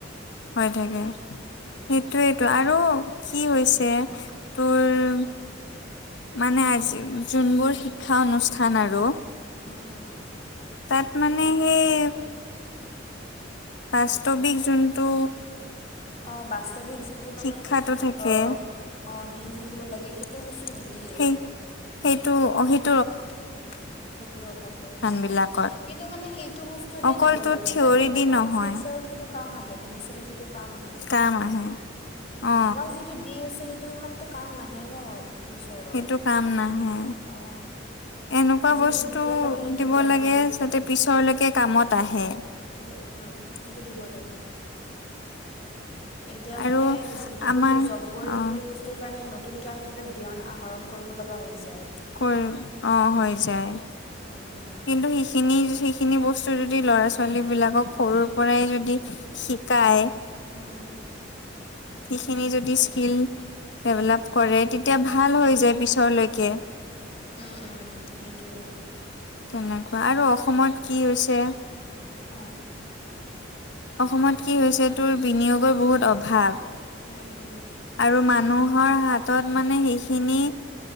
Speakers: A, on the left; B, on the left.
A: হৈ থাকে
B: উম
A: সেইটোৱেইটো আৰু কি হৈছে তোৰ মানে আজি যোনবোৰ শিক্ষা অনুষ্ঠান আৰু,
B: উ উ
A: তাত মানে সেই- বাস্তৱিক যোনটো-
B: অ বাস্তৱিক যি- টো মানে
A: শিক্ষাটো থাকে
B: অ অ দি থাকিব লাগে সেইটো বস্তু নিদিয়ে।
A: সেই সেইটো অ হিত
B: অ সেইটোৰ অভাৱ হৈ আছে
A: বিলাকত।
B: কিন্তু মানে সেইটো বস্তু স্তুহে
A: অকলতো
B: দিব লাগে
A: থিয়ৰী
B: যাতে মানে
A: দি নহয়
B: ফিউচাৰত সেইটো কাম আহে ভৱিষ্যতে সেইটো কাম আহে যাতে
A: কাম আহে
B: উম
A: অ
B: আমাক যিটো দি আছে সেইটো ইমানটো কাম নাহে ন ফিউচাৰত
A: সেইটো কাম নাহে।
B: অঁ
A: এনেকুৱা
B: যিটো
A: বস্তু
B: দিব লাগে সেইটো
A: দিব
B: দিয়া
A: লাগে
B: নাই
A: যাতে পিছৰলেকে কামত আহে।
B: উম উম সেইটো দিব লাগে এতিয়া
A: আৰু
B: মানে যিটো
A: আমাৰ
B: এতিয়া জব কৰিম
A: অ
B: সেইটো বস্ত সেইটো কাৰণে নতুনকে আমি এটা জ্ঞান আহৰণ কৰিব লগা হৈ যায়
A: কৰিম অ হৈ
B: অঁ
A: যায়
B: উম
A: কিন্তু সেইখিনি সেইখিনি বস্তু যদি ল'ৰা ছোৱালী বিলাকক সৰুৰ পৰাই যদি শিকায়
B: উম
A: সিখিনি যদি স্কিল ডেভেলপ কৰে তেতিয়া ভাল হৈ যায় পিছলৈকে
B: উম উম সেইটোয়ে
A: তেনেকুৱা আৰু অসমত কি হৈছে
B: অ
A: অসমত কি হৈছে তোৰ বিনিয়োগৰ বহুত অভাৱ
B: উম উম
A: আৰু মানুহৰ হাতত মানে সেইখিনি